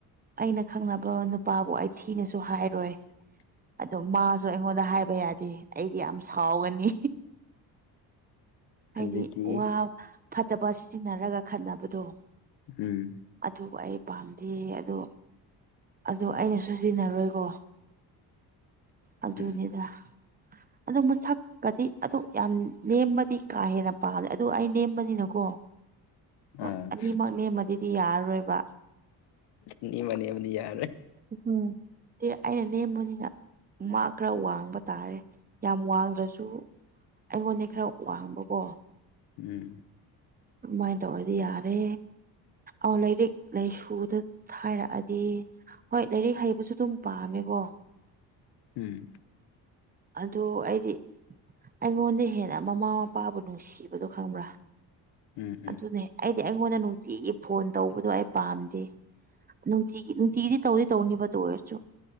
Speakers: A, on the right; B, on the left.
A: ꯑꯩꯅ ꯈꯪꯅꯕ ꯅꯨꯄꯥꯕꯨ ꯑꯩ ꯊꯤꯅꯁꯨ ꯍꯥꯏꯔꯣꯏ
B: <inaudible>
A: ꯑꯗꯣ ꯃꯥꯁꯨ ꯑꯩꯉꯣꯟꯗ ꯍꯥꯏꯕ ꯌꯥꯗꯦ ꯑꯩꯗꯤ ꯌꯥꯝ ꯁꯥꯎꯒꯅꯤ
B: ꯑꯗꯨꯗꯤ
A: ꯍꯥꯏꯗꯤ ꯋꯥ ꯐꯠꯇꯕ ꯁꯤꯖꯤꯟꯅꯔꯒ ꯈꯠꯅꯕꯗꯣ
B: ꯎꯝ
A: ꯑꯗꯨꯕꯨ ꯑꯩ ꯄꯥꯝꯗꯤꯌꯦ ꯑꯗꯣ ꯑꯗꯨ ꯑꯩꯅꯁꯨ ꯁꯤꯖꯤꯟꯅꯔꯣꯏꯀꯣ ꯑꯗꯨꯅꯤꯗ
B: ꯎꯝ
A: ꯑꯗꯨ ꯃꯁꯛ ꯀꯗꯤ ꯑꯗꯨ ꯌꯥꯝ ꯅꯦꯝꯃꯗꯤ ꯀꯥ ꯍꯦꯟꯅ ꯄꯥꯝꯂꯦ ꯑꯗꯨ ꯑꯩ ꯅꯦꯝꯕꯅꯤꯅꯀꯣ
B: ꯑꯣ
A: ꯍꯣꯏ ꯑꯅꯤꯃꯛꯅꯦꯝꯃꯗꯤꯗꯤ ꯌꯥꯔꯔꯣꯏꯕ
B: ꯅꯤꯡꯃꯅꯤ ꯌꯥꯝꯅꯤ ꯌꯥꯔꯦ
A: ꯎꯝ ꯗꯦ ꯑꯩꯅ ꯅꯦꯝꯕꯅꯤꯅ ꯃꯥ ꯈꯔ ꯋꯥꯡꯕ ꯇꯥꯔꯦ ꯌꯥꯝ ꯋꯥꯡꯗ꯭ꯔꯁꯨ ꯑꯩꯉꯣꯟꯗꯩ ꯈꯔ ꯋꯥꯡꯕꯀꯣ
B: <unintelligible>
A: ꯑꯗꯨꯃꯥꯏꯅ ꯇꯧꯔꯗꯤ ꯌꯥꯔꯦ ꯑ ꯂꯥꯏꯔꯤꯛ ꯂꯥꯏꯁꯨꯗ ꯍꯥꯏꯔꯛꯑꯗꯤ ꯍꯣꯏ ꯂꯥꯏꯔꯤꯛ ꯍꯩꯕꯁꯨ ꯑꯗꯨꯝ ꯄꯥꯝꯃꯦꯒꯣ
B: ꯎꯝ
A: ꯑꯗꯣ ꯑꯩꯗꯤ ꯑꯩꯉꯣꯟꯗꯩ ꯍꯦꯟꯅ ꯃꯃꯥ ꯃꯄꯥꯕꯨ ꯅꯨꯡꯁꯤꯕꯗꯣ ꯈꯪꯕ꯭ꯔꯥ
B: ꯎꯝ ꯎꯝ
A: ꯑꯗꯨꯅꯦ ꯑꯩꯗꯤ ꯑꯩꯉꯣꯟꯗ ꯅꯨꯡꯇꯤꯒꯤ ꯐꯣꯟ ꯇꯧꯕꯗꯣ ꯑꯩ ꯄꯥꯝꯗꯦ ꯅꯨꯡꯇꯤꯒꯤ ꯅꯨꯡꯇꯤꯒꯤꯗꯤ ꯇꯧꯗꯤ ꯇꯧꯅꯤꯕ ꯗꯨ ꯑꯣꯏꯔꯁꯨ